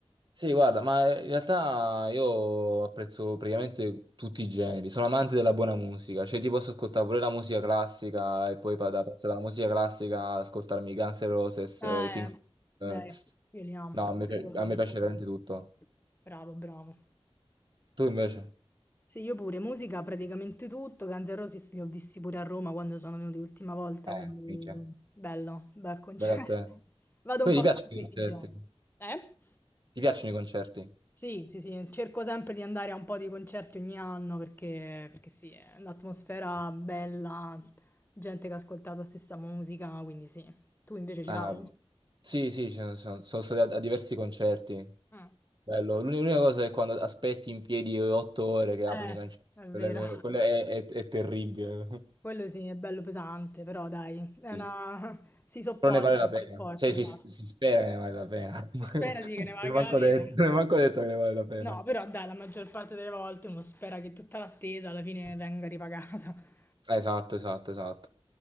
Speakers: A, on the right; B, on the left.
A: Sì, guarda, ma in realtà io apprezzo praticamente tutti i generi, sono amante della buona musica, cioè ti posso ascoltare pure la musica classica e poi pa- da- passare dalla musica classica ad ascoltarmi i Guns N' Roses,
B: Eh,
A: eh, i Pink Floyd,
B: beh,
A: eh.
B: io li amo,
A: No, a me,
B: prendo
A: pi- a
B: cose,
A: me piace
B: sono-
A: veramente tutto.
B: Bravo, bravo.
A: Tu invece?
B: Sì, io pure, musica praticamente tutto, Guns N' Roses li ho visti pure a Roma quando sono venuti l'ultima volta,
A: Eh,
B: quindi
A: minchia,
B: bello, bel concerto.
A: bella a te.
B: <laughs> Vado
A: Quindi
B: un po'
A: ti piacciono
B: più su questi
A: i concerti?
B: generi. Eh?
A: Ti piacciono i concerti?
B: Sì, sì, sì, cerco sempre di andare a un po' di concerti ogni anno perché, perché sì, è un'atmosfera bella, gente che ha ascoltato la stessa musica, quindi sì. Tu invece ci
A: Ah,
B: vai?
A: sì, sì, ci sono, sono- sono stato a, a diversi concerti.
B: Mm.
A: Bello. L'uni- L'unica cosa è quando aspetti in piedi otto ore che aprono
B: Eh,
A: i concerti.
B: è vero.
A: Quella è, quella è- è- è terribile. <laughs>
B: Quello sì, è bello pesante, però dai, è
A: Sì.
B: una... <laughs> si sopporta,
A: Però ne vale la
B: si
A: pena.
B: sopporta,
A: Cioè,
B: esatto.
A: si, si spera che ne vale la pena. <laughs>
B: Si
A: Ma-
B: spera
A: Non
B: sì che ne valga
A: è manco
B: la pena.
A: detto, non è manco detto che ne vale la pena.
B: No, però dai, la maggior parte delle volte uno spera che tutta l'attesa alla fine venga ripagata. <laughs>
A: Esatto, esatto, esatto.